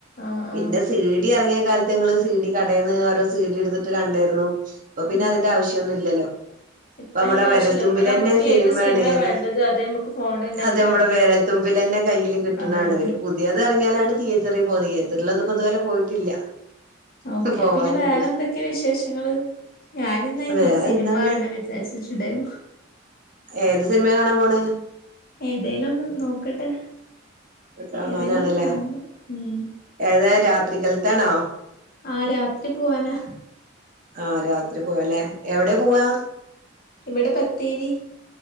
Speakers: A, on the left; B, on the right.
A: ആഹ്
B: പിന്നെ
A: ആഹ്
B: സിഡി എറങ്ങിയ കാലത്ത് ഞങ്ങള് സീഡി കടേന്ന് ഓരോ സീഡി എട്ത്തിട്ട് കണ്ടിര്ന്നു ഇപ്പോ പിന്നെ
A: ഉം
B: അതിന്റെ ആവശ്യോന്നും ഇല്ലല്ലോ
A: ഇപ്പ
B: ഇപ്പൊ ഇവടെ
A: അയിന്റെ
B: വെരൽ
A: ആവശ്യല്ല ഇപ്പൊ
B: തുമ്പിലെന്നെ
A: നമ്മക്ക്
B: സിനിമയാണ്
A: ഏത് സിനിമ
B: ഏത്
A: വേണ്ടത് അത് നമുക്ക് ഫോൺ ഉണ്ടെങ്കിൽ
B: അതെ നമ്മടെ
A: അത് കിട്ടും
B: വെരൽ തുമ്പിലെന്നെ കയ്യില് കിട്ട്ണാണ്
A: അതന്നെ
B: പിന്നെ പുത്യേത് എറങ്ങിയാലാണ് തിയേറ്ററിൽ പോകുന്നത് തിയേറ്ററിലൊന്നും ഇപ്പ ഇതുവരെ പോയിട്ടില്ല
A: ഓക്കെ
B: പോവാനും
A: പിന്നെ വേറെ
B: ഉദ്ദേശിച്ചു
A: എന്തൊക്കെ വിശേഷങ്ങള് ഞാനിന്നയിന്നൊര്
B: വേറെ
A: സിനിമ
B: എന്താണ്
A: കാണണം വി വിചാരിച്ചിട്ട്ണ്ടായിന്നു
B: ഏത് സിനിമെ കാണാൻ പോണത്
A: ഏതേലും ഒന്ന് നോക്കട്ടെ
B: കാണാനാണല്ലേ
A: ഏതേലും ഒന്ന് കാണണം ഉം
B: ഏതാ രാത്രിക്കല്ത്താണോ
A: ആഹ് രാത്രി പോവാനാ
B: ആഹ് രാത്രി പോവല്ലേ എവിടെ പോവാ
A: ഇവിടെ ബത്തേരി